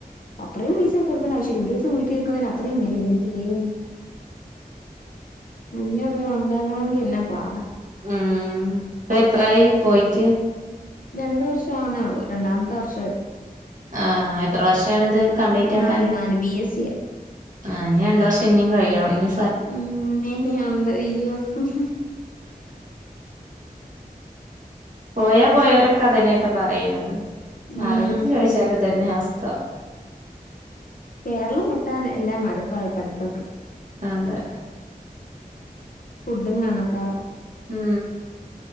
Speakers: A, on the left; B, on the right.
A: അത്രയും പൈസ കൊട്ക്കണ്ട ആവശ്യല്ല ഒരു സം വീട്ട്ൽ നിക്ക്ന്നേന് അത്രയും <unintelligible> ദൈവമേ അഞ്ഞൂറ് രൂപ ഉണ്ടാക്കണങ്കി ന്നെ പാട.
B: ആഹ് ഇപ്പ എത്രായി പോയിട്ട്?
A: രണ്ട് വർഷാവുന്നേ ള്ളൂ രണ്ടാമത്തെ വർഷ
B: ആഹ എത്ര വർഷമാണിത് കംപ്ലീറ്റ് ആക്കാന്
A: നാല് നാല് ബി എസ് സിയാ
B: ആ ഇഞ് രണ്ട് വർഷം ഇനിയും കഴിയണം ഇ
A: ഉ ന ആന്ത ഇോ <unintelligible>
B: പോയ പോയവരൊക്കെ അതന്നൊയിട്ടാ പറയണുന്നത്
A: ഉം
B: ആരോടുത്ത് ചോദിച്ചാല് ഇതന്നെ അവസ്ഥ
A: കേരളം വിട്ടൻ എല്ലാം മടുപ്പാ പഠിത്തൊക്കെ
B: അതെ
A: ഫുഡും കണക്കാ
B: ഉം